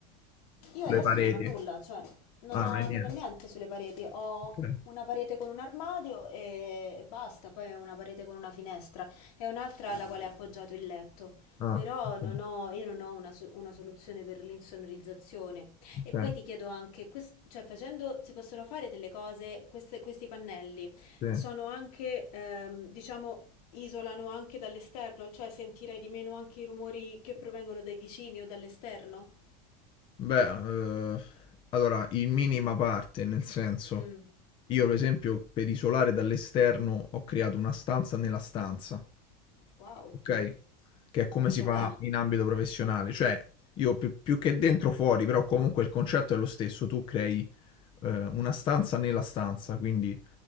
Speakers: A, on the left (about 70°); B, on the left (about 25°).
A: Io adesso
B: Le pareti?
A: non ho nulla, cioè non
B: Ah,
A: ho,
B: non hai
A: non
B: niente.
A: ho niente sulle pareti, ho
B: Ok.
A: una parete con un armadio e e basta, poi ho una parete con una finestra e un'altra alla quale è appoggiato il letto.
B: Ah,
A: Però
B: ok.
A: non ho, io non ho una, so- una soluzione per l'insonorizzazione. E
B: Okay,
A: poi ti chiedo anche, quest- cioè facendo, si possono fare delle cose, queste- questi pannelli
B: sì.
A: sono anche, ehm, diciamo, isolano anche dall'esterno, cioè sentirai di meno anche i rumori che provengono dai vicini o dall'esterno?
B: Beh, uhm, allora in minima parte, nel senso,
A: Mm.
B: io per esempio per isolare dall'esterno ho creato una stanza nella stanza,
A: Wow,
B: okay, che è come
A: cioè?
B: si fa Okay. in ambito professionale, cioè io più più che dentro fuori, però comunque il concetto è lo stesso, tu crei, uhm, una stanza nella stanza, quindi